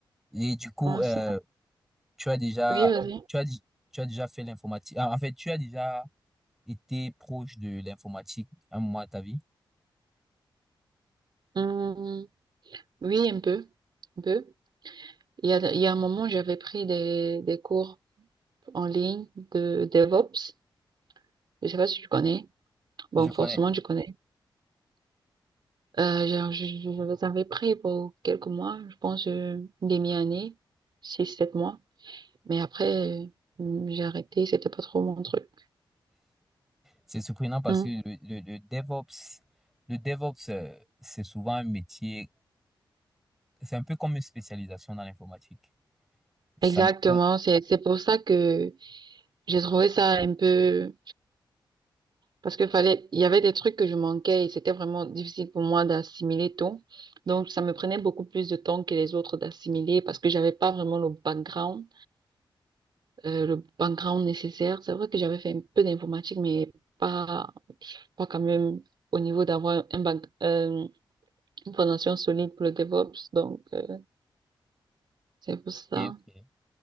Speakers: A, in the centre; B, on the right.
A: Et du coup,
B: Ouais,
A: euh,
B: sinon-
A: tu as déjà,
B: Oui, vas-y.
A: tu as, di- tu as déjà fait l'informatique. Ah, En fait, tu as déjà été proche de l'informatique à un moment de ta vie.
B: Hum, oui, un peu, un peu. Il y a, il y a un moment, j'avais pris des, des cours en ligne de DevOps. Je sais pas si tu connais. Bon,
A: Je connais.
B: forcément, tu connais. Euh, j'en- je, je, je les avais pris pour quelques mois, je pense euh, une demi-année, six, sept mois. Mais après, euh, j'ai arrêté, c'était pas trop mon truc.
A: C'est surprenant parce
B: Mm.
A: que le, le, le DevOps, le DevOps, euh, c'est souvent un métier C'est un peu comme une spécialisation dans l'informatique. Ça
B: Exactement,
A: m'étonne.
B: c'est c'est pour ça que j'ai trouvé ça un peu parce que fallait il y avait des trucs que je manquais et c'était vraiment difficile pour moi d'assimiler tout. Donc ça me prenait beaucoup plus de temps que les autres d'assimiler parce que j'avais pas vraiment le background euh, le background nécessaire. C'est vrai que j'avais fait un peu d'informatique mais pas pas quand même au niveau d'avoir un bac- euh, une fondation solide pour le DevOps. Donc, euh, c'est pour ça.
A: Ok, ok.